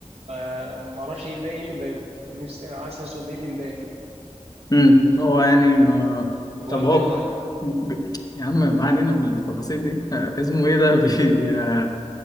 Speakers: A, on the right (about 55°); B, on the left (about 30°).
A: فما اعرفش ايه اللي ده ايه اللي مضايقه انا نفسي انا عايز اسال ده ايه اللي مضايقك كده يعني
B: امم هو يعني ما
A: هو
B: طب
A: عنده
B: هو
A: ايد واحده
B: ب... يا عم ما علينا من التفاصيل دي <laughs> آه، اسمه ايه ده بي... آه،